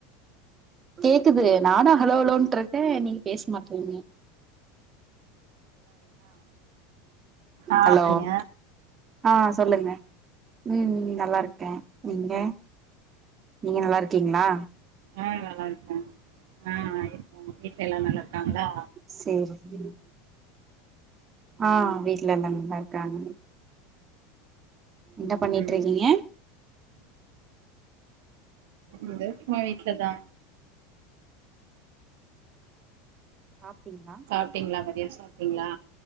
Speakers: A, on the right; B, on the right.
A: கேக்குது நானு ஹலோலோன்ட்ருக்கே நீங்க பேச மாட்றீங்க
B: ஆ
A: ஹலோ
B: நீங்க
A: ஆ சொல்லுங்க ம் ம் நல்லாருக்க நீங்க நீங்க நல்லாருக்கீங்ளா
B: ஆ நல்லா இருக்கே அ அ இருக்காங்க வீட்ல எல்லாரு நல்லாருக்காங்ளா
A: சேரி ஆ வீட்ல எல்லாரு நல்லா இருக்காங்க என்ன பண்ணிட்ருக்கீங்க
B: ம் அது சும்மா வீட்ல தா
A: சாப்டீங்ளா
B: சாப்டீங்ளா மதியொ சாப்டீங்ளா